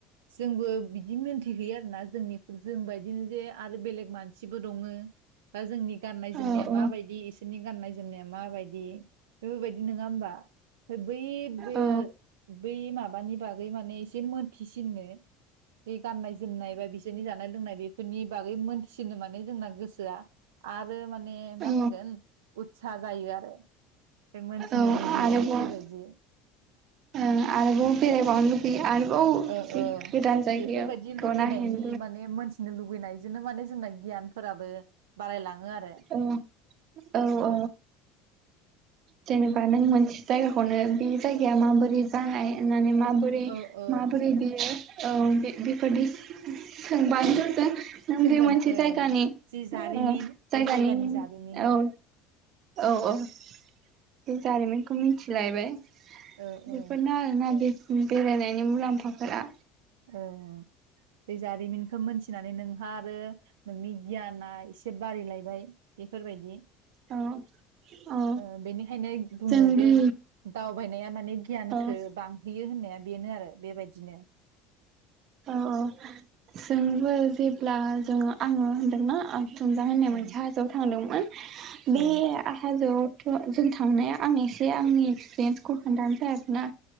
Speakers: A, on the right; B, on the right.
A: जोंबो बिदिमोन गिहैयो आरोना जोंनि जोंबादिनो जे आरो बेलेग मानसिबो दङो दा जोंनि गाननाय-जोमनाया
B: औ औ
A: माबायदि इसोरनि गाननाय -जोमनाया माबाय दि बेफोरबायदि नोङा होमबा? ओमफ्राय बै बेयो
B: औ
A: बै माबानि बागै माने एसे मोनथिसिननो बे गाननाय -जोमनाय बा बिसोरनि जानाय लोंनाय बे फोरनि बागै मोनथिसिननो माने जोंना गोसोआ आरो माने मा
B: औ
A: होनगोन उत सा जायो आरो। बे मोनथिनो
B: औ
A: लुुगैयो
B: आरोबाव
A: बेफोरबायदि।
B: ओ आरोबाव बेरायबावनो लुुबैयो आरोबाव
A: ओ ओ
B: गोदान जायगाखौ
A: बेफोरबायदि लुगैनायनि
B: नायहैनो
A: माने मोनथिनो लुुबैनायजोंनो माने जोंना गियानफोराबो बारायलाङो। आरो
B: औ औ
A: उम
B: औ। जेनेबा नों मोनसे जायगाखौनो बे जायगाया माबोरै जानाय होननानै मा माबोरै
A: औ औ
B: माबोरै बियो। औ बे बेफोरदि सोंबानोथ जों। नों
A: सोंबानो
B: बे मोनसे
A: ओ
B: जायगानि
A: जि जारिमिन
B: औ
A: बै
B: जायगानि
A: जारिमिन
B: औ। औ औ बे जारिमिनखौ मिथिलायबाय।
A: ओ ओ
B: बेफोरनो आरो ना बे बेरायनायनि मुलाम्फाफोरा।
A: ओं ओं। बे जारिमिनखो मोनथिनानै नोंहा आरो नोंनि गियाना एसे बारिलाय बाय बेफोरबायदि।
B: औ औ
A: ओ बेनिखायनो बुङो
B: जोंदि
A: जे दावबायनाया माने गियानखो
B: औ
A: बांहोयो होननाया बेनो आरो बेबायदिनो।
B: औ औ जोंबो जेब्ला जों आङो होनदोंना। थुमजां होननाय
A: ओ
B: मोनसे हाजोआव थांदोंमोन। बे
A: औ
B: आ हाजोआव। थ जों थांनाया आं एसे आंनि एक्सपिरियेन्सखौ खोन्थानोसै आरो ना।